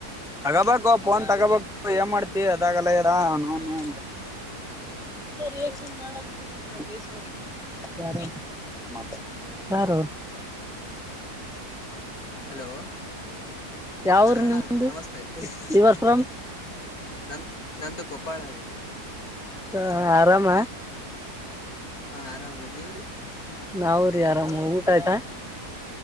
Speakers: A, in the centre; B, on the left.
A: ತಗೋಬೇಕು ಫೋನ್ ತಗೋಬೇಕು
B: ಹಾಂ
A: ಏನ್ ಮಾಡ್ತಿ ಅದಾಗಲ್ಲ ಇರಾ ನೋನು
B: ಆಯ್ತು
A: ಅಂತ ರಿಯಾಕ್ಷನ್ ಮಾಡದ ನಡಿದಲ್ರ ಗೇಸು ಯಾರ ಮಾತ್ರ ಯಾರು
B: ಹಲೋ
A: ಯಾವ್ರ
B: ಹಾಂ ಅಣ್ಣ
A: ನಿಮ್ದು
B: ನಮಸ್ತೆ
A: ಯುವರ್ ಫ್ರಂ
B: ನನ್ನ ನಂದು ಕೊಪ್ಪಾಳರಿೀ
A: ಹ ಆರಾಮ
B: ಹಾ ಆರಾಮ್ರೀ ನೀವ್ರಿ
A: ನಾವ್ರರಿ ಆರಾಮ ಊಟ ಆಯ್ತಾ